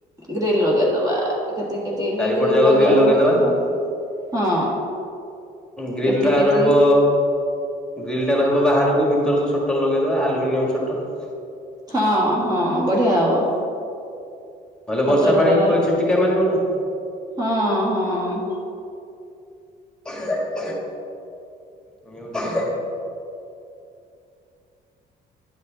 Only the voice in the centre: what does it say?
ଚାରିପଟ
ଯାକ
ଗ୍ରିଲ ଲଗେଇଦବା
ଗ୍ରିଲ
ଟା
ରହିବ ଗ୍ରିଲ ଟା ରହିବ ବାହାରକୁ ଭିତରକୁ ସଟର ଲଗେଇଦବା ଆଲୁମିନିୟମ ସଟର।
ନହେଲେ
ବର୍ଷା ପାଣିକୁ
ଛିଟିକା ମାରିବ ନା।
ହ <inaudible> ନ୍ୟୁଜ।